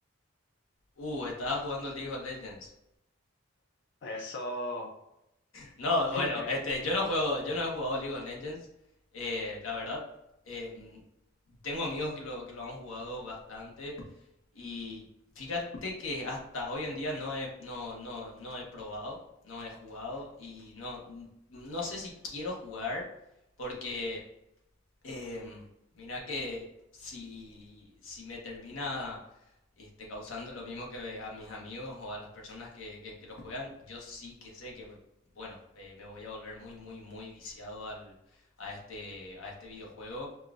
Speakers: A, on the left; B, on the left.
A: Uh, estaba jugando League of Legends.
B: Eso.
A: No,
B: <laughs>
A: bueno, este, yo
B: ¿Tú
A: no juego, yo no he jugado League of Legends. eh, la verdad, em, tengo amigos que lo, que lo han jugado bastante. Y fíjate que hasta hoy en día no he, no, no, no he probado, no he jugado. Y no, no sé si quiero jugar. Porque Em, mirá que si, si me termina este, causando lo mismo que a mis amigos o a las personas que, que, que lo juegan, yo sí que sé que, bueno, eh, me voy a volver muy, muy, muy viciado al, a este, a este videojuego.